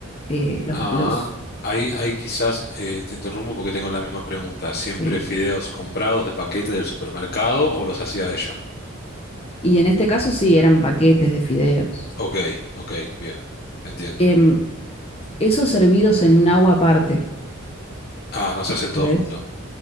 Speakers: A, on the left; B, on the left.
A: eh, los,
B: Ah,
A: los-
B: ahí, ahí quizás eh, te interrumpo porque tengo la misma pregunta. ¿Siempre
A: sí.
B: fideos comprados de paquete del supermercado o los hacía ella?
A: Y en este caso sí, eran paquetes de fideos.
B: Ok, ok, bien, entiendo.
A: Em, esos servidos en un agua aparte.
B: Ah, no se hacen todos
A: ¿Ves?
B: juntos.